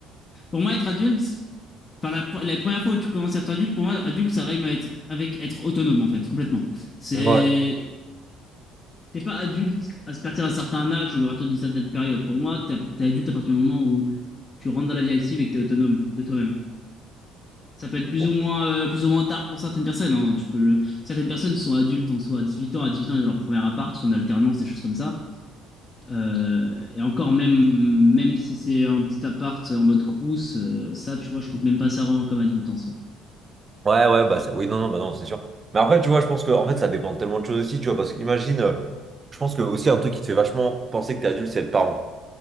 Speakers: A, on the left; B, on the right.
A: Pour moi, être adulte, enfin, la, pre- la première fois où tu commences à être adulte, pour moi, adulte, ça rime à être, avec être autonome, en fait, complètement. C'est.
B: Ouais.
A: T'es pas adulte à partir d'un certain âge ou à partir d'une certaine période. Pour moi, t'es t'es adulte à partir du moment où tu rentres dans la vie active et que t'es autonome de toi-même. Ça peut être plus
B: Bon.
A: ou moins, euh, plus ou moins tard pour certaines personnes. hein. Tu peux le... Certaines personnes sont adultes en soi, à 18 ans, à 18 ans, ils ont leur premier appart, sont en alternance, des choses comme ça. Euh, et encore, même, même si c'est un petit appart en mode crous, euh, ça, tu vois, je compte même pas ça vraiment comme adulte en soi.
B: Ouais, ouais, bah, ça- oui, non, non, bah, non, c'est sûr. Mais après, tu vois, je pense que, en fait, ça dépend de tellement de choses aussi, tu vois, parce qu'imagine, euh, je pense que aussi un truc qui te fait vachement penser que t'es adulte, c'est être parent.